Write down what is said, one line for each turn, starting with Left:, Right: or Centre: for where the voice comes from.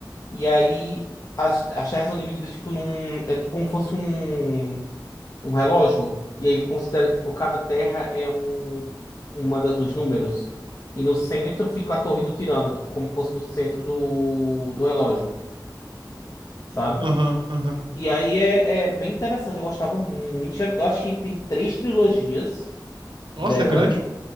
Left: E aí as, as terras são divididas tipo num, é tipo como fosse um um relógio, e aí considera que por cada terra é um uma da- dos números. E no centro fica a torre do tirano, tipo, como fosse no centro do, do relógio, sabe?
Right: Aham, aham.
Left: E aí é, é bem interessante, eu gostava muito. Já- eu acho que tem três trilogias
Right: Nossa,
Left: dela.
Right: é grande?